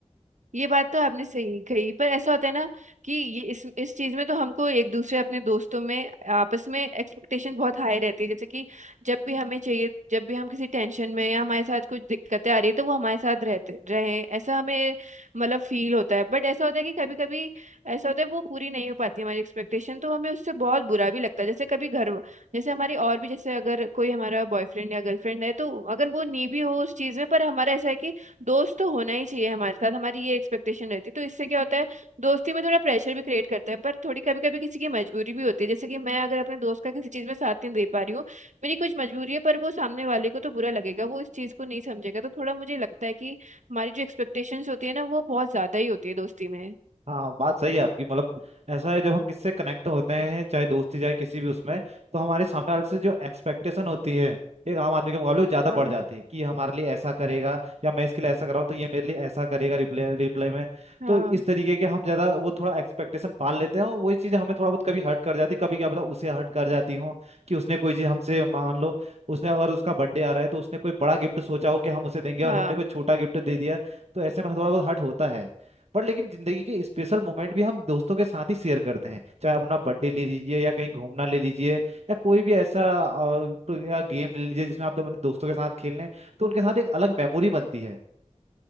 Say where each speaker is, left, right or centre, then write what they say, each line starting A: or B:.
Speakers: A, on the right; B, on the right.
A: ये बात तो आपने सही कही पर ऐसा होता है ना कि ये इस इस चीज में तो हमको एक दूसरे अपने दोस्तों में आपस में एक्सपेक्टेशन बहुत हाई रहती है जैसे कि जब भी हमें चाहिए जब भी हम किसी टेंशन में या हमारे साथ कुछ दिक्कतें आ रही है तो वो हमारे साथ रहते रहे ऐसा हमें मतलब फील होता है बट ऐसा होता है कि कभी कभी ऐसा होता है वो पूरी नहीं हो पाती हमारी एक्सपेक्टेशन तो हमें उससे बहुत बुरा भी लगता है जैसे कभी घर जैसे हमारी और भी जैसे अगर कोई हमारा बॉयफ्रेंड या गर्लफ्रेंड है तो अगर वो नहीं भी हो उस चीज में पर हमारा ऐसा है कि दोस्त तो होना ही चाहिए हमारे साथ हमारी ये एक्सपेक्टेशन रहती है तो इससे क्या होता है दोस्ती में थोड़ा प्रेशर भी क्रिएट करता है पर थोड़ी कभी कभी किसी की मजबूरी भी होती है जैसे कि मैं अगर अपने दोस्त का किसी चीज में साथ नहीं दे पा रही हूँ मेरी कुछ मजबूरी है पर वो सामने वाले को तो बुरा लगेगा वो इस चीज को नहीं समझेगा तो थोड़ा मुझे लगता है कि हमारी जो एक्सपेक्टेशंस होती है ना वो बहुत ज्यादा ही होती है दोस्ती में
B: हाँ बात सही है आपकी मतलब ऐसा है जब हम किससे कनेक्ट होते हैं चाहे दोस्ती चाहे किसी भी उसमें तो हमारे सामने वाले से जो एक्सपेक्टेशन होती है एक आम आदमी के मुकाबले वो ज्यादा
A: हाँ
B: बढ़ जाती है कि ये हमारे लिए ऐसा करेगा या मैं इसके लिए ऐसा कर रहा हूँ तो ये मेरे लिए ऐसा करेगा रिप्लाई रिप्लाई में
A: हाँ
B: तो इस तरीके के हम ज्यादा वो थोड़ा एक्सपेक्टेशन पाल लेते हैं और वही चीजें हमें थोड़ा बहुत कभी हर्ट कर जाती है कभी क्या पता उसे हर्ट कर जाती हो कि उसने कोई चीज हमसे मान लो उसने अगर उसका बर्थडे आ रहा है तो उसने कोई बड़ा गिफ्ट सोचा हो कि हम उसे देंगे और
A: हाँ
B: हमने कोई छोटा गिफ्ट दे दिया तो ऐसे में थोड़ा बहुत हर्ट होता है पर लेकिन जिंदगी के स्पेशल मोमेंट भी हम दोस्तों के साथ ही शेयर करते हैं चाहे अपना बर्थडे ले लीजिए या कहीं घूमना ले लीजिए या कोई भी ऐसा अ, तो या गेम ले लीजिए जिसमें आप तो अपने दोस्तों के साथ खेल रहे हैं तो उनके साथ एक अलग मेमोरी बनती है